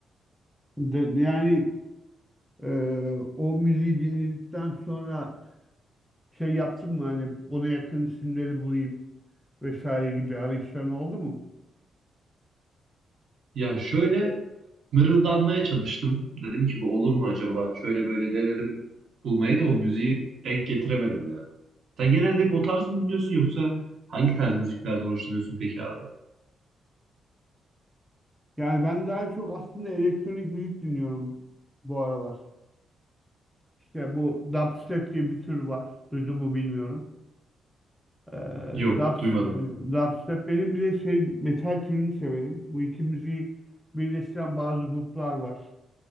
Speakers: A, in the centre; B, on the right.
A: De, yani Ee, o müziği dinledikten sonra şey yaptın mı hani ona yakın isimleri bulayım vesaire gibi arayışların oldu mu?
B: Ya şöyle mırıldanmaya çalıştım. Dedim ki bu olur mu acaba? Şöyle böyle denedim bulmayı da o müziği denk getiremedim ya. Sen genelde hep o tarz mı dinliyorsun yoksa hangi tarz müziklerden hoşlanıyorsun peki abi?
A: Yani ben daha çok aslında elektronik müzik dinliyorum bu aralar. İşte bu dubstep diye bir tür var. Duydun mu bilmiyorum. Ee,
B: Yok,
A: rap,
B: duymadım.
A: rap Benim bir de şey, metal türünü severim. Bu iki müziği birleştiren bazı gruplar var.